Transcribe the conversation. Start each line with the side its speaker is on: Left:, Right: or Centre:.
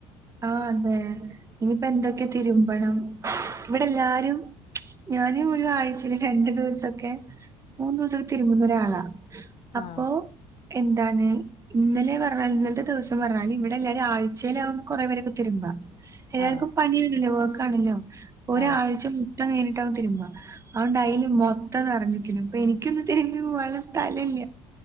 Right: ആ അതെ ഇനിയിപ്പോ എന്തൊക്കെ തിരുമ്പണം ഇവിടെ എല്ലാരും ഞാന് ഒരു ആഴ്ചയില് രണ്ടു ദിവസൊക്കെ മൂന്ന് ദിവസൊക്കെ തിരുമ്മുന്ന ഒരാളാ. അപ്പോ
Left: ആഹ്
Right: എന്താണ് ഇന്നലെ പറഞ്ഞാൽ ഇന്നത്തെ ദിവസം പറഞ്ഞാൽ ഇവിടെ എല്ലാരും ആഴ്ചയിലാവും കുറെേ പേരൊക്കെ തിരുമ്പ എല്ലാവർക്കും
Left: ആഹ്
Right: പണിയാണല്ലോ വർക്കാണല്ലോ ഒരാഴ്ച
Left: ആഹ്
Right: എണിട്ടാവും തീരുമ്പ അതുകൊണ്ട് അതില് മൊത്തംറഞ്ഞക്കു അപ്പൊ എനിക്കൊന്നും തിരഞ്ഞു പോവാനുള്ള സ്ഥല ഇല്ല.